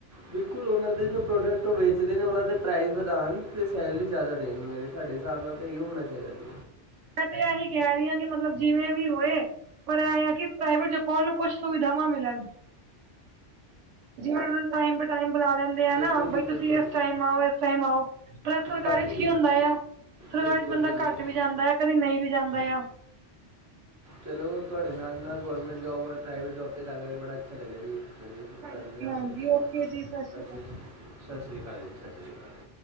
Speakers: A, on the right; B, on the right.
A: ਬਿਲਕੁਲ ਉਹਨਾਂ ਦੇ ਜੋ ਪ੍ਰੋਡਕਟ ਉਹ ਵੇਚਦੇ ਨੇ ਉਹਨਾਂ ਦੇ ਪ੍ਰਾਈਜ਼ ਵਧਾਉਣ ਅਤੇ ਸੈਲਰੀ ਜ਼ਿਆਦਾ ਦੇਣ ਮੇਰੇ ਸਾਡੇ ਹਿਸਾਬ ਨਾਲ ਤਾਂ ਹਿਸਾਬ ਹੋਣਾ ਚਾਹੀਦਾ ਜ
B: ਮੈਂ ਤੇ ਇਹੀ ਕਹਿ ਰਹੀ ਹਾਂ ਕਿ ਮਤਲਬ ਜਿਵੇਂ ਵੀ ਹੋਏ ਪਰ ਆ ਕਿ ਪ੍ਰਾਈਵੇਟ ਜ ਕੋ ਨਾ ਕੁਛ ਸੁਵਿਧਾਵ ਮਿਲਣ ਜਿਵੇਂ ਉਹ ਨੂੰ ਟਾਈਮ ਟਾਈਮੁ ਲੈਂਦਾ
A: ਬਿਲਕੁਲ
B: ਨਾ
A: ਜੀ
B: ਬ ਤੁਸੀਂ
A: ਬਿਲਕੁਲ
B: ਇਸ ਟਾਈਮ ਆਓ ਇਸ ਟਾਈਮ ਆਓ ਪਰ ਸਰਕਾਰੀ
A: ਬਾਕੀ
B: ਚ ਕੀ ਹੁੰਦਾ ਆ ਸਰਕਾਰੀ
A: ਬਿਲਕੁਲ
B: ਬੰਦਾ
A: ਬਿਲਕੁਲ
B: ਘੱਟ ਵੀ ਜਾਂਦਾ ਆ, ਕਦੀ ਨਹੀਂ ਵੀ ਜਾਂਦਾ ਆ
A: ਚਲੋ ਤੁਹਾਡੇ ਨਾਲ- ਨਾਲ ਗੌਰਮੈਂਟ ਜੋਬ ਔਰ ਪ੍ਰਾਈਵੇਟ ਜੋਬ 'ਤੇ ਗੱਲ ਕਰ ਕੇ ਬੜਾ ਅੱਛਾ ਲੱਗਿਆ ਜੀ ਜਦੋਂ ਫਿਰ
B: ਹਾਂਜੀ
A: ਕਰਨੀ ਹਾਂ
B: ਹਾਂਜੀ
A: ਫਿਰ ਕਦੀ,
B: ਓਕੇ ਜੀ ਸਤਿ ਸ਼੍ਰੀ
A: ਸਤਿ
B: ਅਕਾਲ
A: ਸ੍ਰੀ ਅਕਾਲ ਸਤਿ ਸ੍ਰੀ ਅਕਾਲ ਜੀ ਸਤਿ ਸ੍ਰੀ ਅਕਾਲ